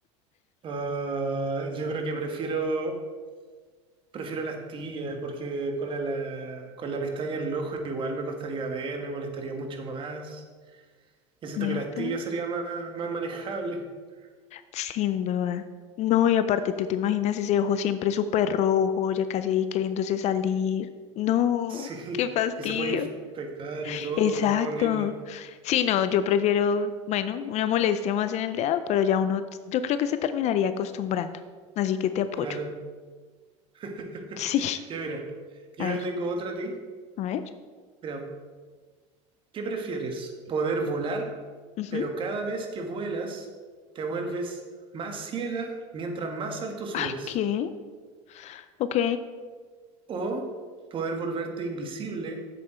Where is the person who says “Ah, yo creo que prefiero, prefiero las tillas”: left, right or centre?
Right